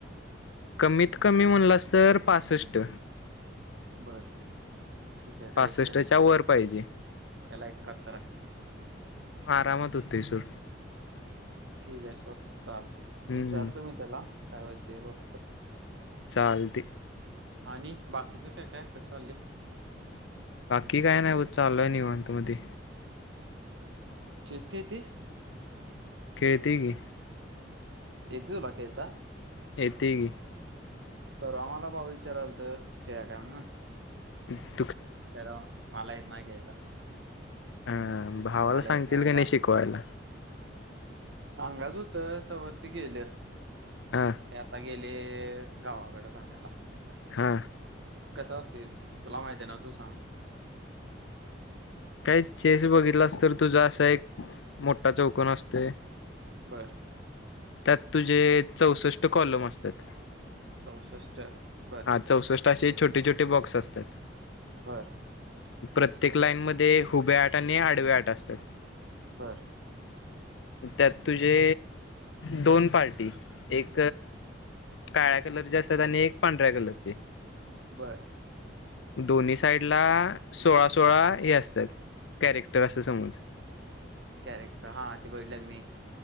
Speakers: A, on the left; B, on the right.
A: कमीत कमी म्हणलास तर पासष्ट
B: बर ठीक आहे काहीच
A: पासष्टच्या
B: नाही का
A: वर पाहिजे
B: त्याला एकाहातर आहे
A: म आरामात उतेशर
B: बर ठीक आहे सोड चालते
A: हम्म
B: विचारतो मी त्याला काय होते फक्त
A: चालते
B: आणि बाकीच काय काय कस चाललय
A: बाकी काय नाही चाललय निवांत मध्ये
B: चेस खेळतंयस
A: खेळतोय की
B: एक दिवस बाकीये आता
A: ये ते ग
B: परवा आम्हाला भाऊ विचाराल तर खेळा काय म्हणा
A: हम्
B: खरं मला येत नाही खेळायला
A: अ भावाला
B: पण तुम्हाला
A: सांगशील
B: येत नाही
A: का
B: राव
A: शिकवायला
B: सांगाच होतं त्यावररती गेलं
A: हा
B: ते आता गेले गावाकडे राहायला
A: हा
B: कस असते तुला माहिती आहे ना तू सांग
A: काय चेस बघितलास तर तुझा असा एक मोठा चौकन असतय
B: बर
A: त्यात तुझे चौसष्ट कॉलम असतात
B: चौसष्ट बर
A: हा चौसष्ट असे छोटे छोटे बॉक्स असतात
B: बर
A: प्रत्येक लाईन मध्ये हुब्या आठ आणि आडव्या आठ असतात
B: बरं
A: त्यात तुझे दोन पार्टी एक काळ्या कलरची असतात आणि एक पांढऱ्या कलरची
B: बर
A: दोन्ही साईडला सोळा सोळा हे असतात कॅरेक्टर असं समज
B: कॅरेक्टर हा ते बघितल्यात मी